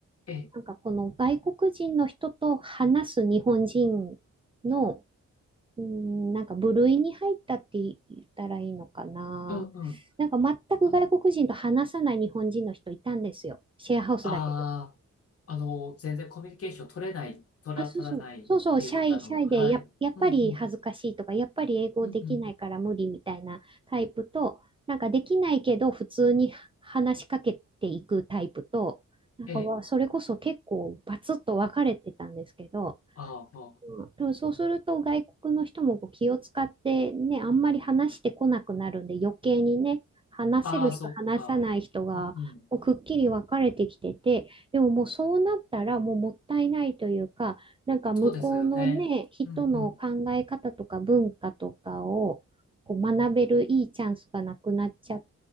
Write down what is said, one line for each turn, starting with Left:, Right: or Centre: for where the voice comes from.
Left: ええ、
Right: なんかこの外国人の人と話す日本人のうん、なんか部類に入ったって言ったらいいのかな。
Left: うん、うん。
Right: なんか全く外国人と話さない日本人の人いたんですよ。
Left: あの、
Right: シェアハウスだけど。
Left: ああ、あの、全然コミュニケーション取れない、取ら、
Right: あ、そうそう。
Left: 取らないっていう方の、
Right: そうそう、シャイ、シャイでや、
Left: はい。
Right: やっぱり恥ずかしいとか、
Left: うん、うん、
Right: やっぱり英語できないから無理みたいなタイプと、
Left: うん、うん。
Right: なんかできないけど普通に話しかけていくタイプと、なんかわそれこそ結構バツッと分かれてたんですけど、
Left: ええ、あーま
Right: うんでもそうすると外国の人もこう気を使ってね、あんまり話してこなくなるんで余計にね、話せる人、
Left: あ、ああ、ああそっか。
Right: 話さない人がこうくっきり分かれてきてて、
Left: うん、うん。
Right: でももうそうなったらもうもったいないというか、なんか向こうのね、
Left: そうですよね。
Right: 人の考え方とか文化とかをこう学べるいいチャンスがなくなっちゃ
Left: うん、うん。